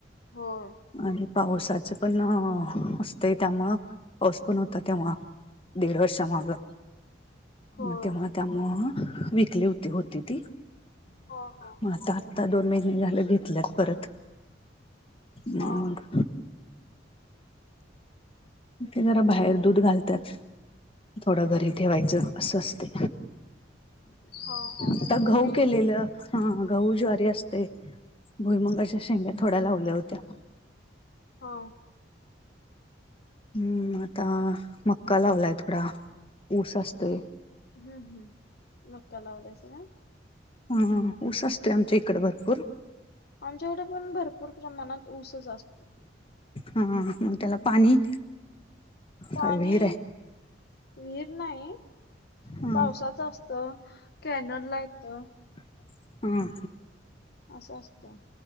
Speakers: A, on the left; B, on the left.
A: होय
B: आणि पावसाचं पण, अस त त्यामुळं, पाऊस पण होता तेव्हा. दीड वर्षा मागं.
A: होय
B: मग तेव्हा त्यामु वीकली होती. होती ती.
A: हो, ह.
B: मग आता दोन महिने झालं, घेतल्यात परत. मग
A: हा हा
B: ते जरा बाहेर दूध घालत्यात. थोडं घरी ठेवायचं. असं असतय.
A: हा हा म्हणजे
B: आता
A: तुम्ही
B: घऊ केलेलं. हा, गहू ज्वारी असतय. भुईमंगाच्या शेंग्या थोड्या लावल्या होत्या.
A: हो.
B: हम्म, आता मक्का लावलाय थोडा. ऊस असतोय.
A: हम्, हम्. मक्का लावलायसा.
B: ह, ऊस असतय, आमच्या इकडे भरपूर.
A: आमच्याकडं पण भरपूर प्रमाणात, ऊसच असतो.
B: हा. मग त्याला पाणी.
A: पाणी,
B: काय विहीर आहे
A: विहीर नाही
B: हा
A: पावसाचं असतं. कॅनलला येतं.
B: ह.
A: असं, असतं.